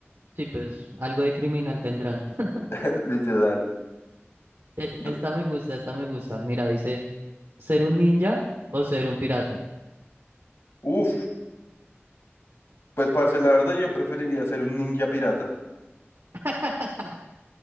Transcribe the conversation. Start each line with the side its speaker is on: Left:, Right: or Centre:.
Right: Sí, pues algo de criminal tendrán. <laughs>
Left: <laughs> Literal.
Right: E-
Left: D-
Right: Esta me gusta, esta me gusta. Mira, dice, ¿ser un ninja o ser un pirata?
Left: Uf, pues parce, la verdad yo preferiría ser un ninja pirata.
Right: <laughs>